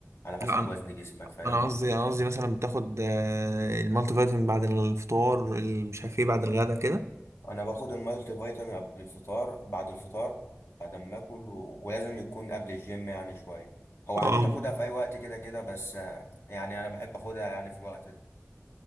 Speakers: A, on the left; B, on the right.
A: على حسب
B: لا انا
A: وزن جسمك فاهم
B: انا قصدي انا قصدي مثلا بتاخد آه، المالتي فيتامين بعد الفطار ال- مش عارف ايه بعد الغدا كده
A: انا باخد المالتي فيتامين قبل الفطار بعد الفطار بعد ما اكل و... ولازم يكون قبل الجيم يعني شوية هو عادي
B: اه
A: تاخدها في اي وقت كده كده بس آه، يعني انا بحب اخدها يعني في الوقت ده